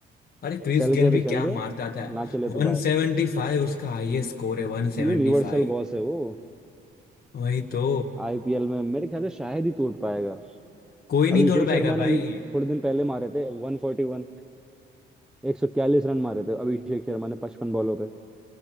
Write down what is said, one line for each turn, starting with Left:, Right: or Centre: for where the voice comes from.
Left: अरे क्रिस
Centre: चल
Left: गेल
Centre: गए
Left: भी
Centre: तो
Left: क्या
Centre: चल गए
Left: मारता था
Centre: ना चले तो
Left: 175
Centre: बाय
Left: उसका हाईएस्ट स्कोर है 175
Centre: ये यूनिवर्सल बॉस है वो
Left: वही तो
Centre: आईपीएल में मेरे ख्याल से शायद ही तोड़ पाएगा
Left: कोई नहीं
Centre: अभिषेक
Left: तोड़ पाएगा
Centre: शर्मा ने
Left: भाई
Centre: अभी थोड़े दिन पहले मारे थे 141 141 रन मारे थे अभिषेक शर्मा ने पचपन बॉलों पे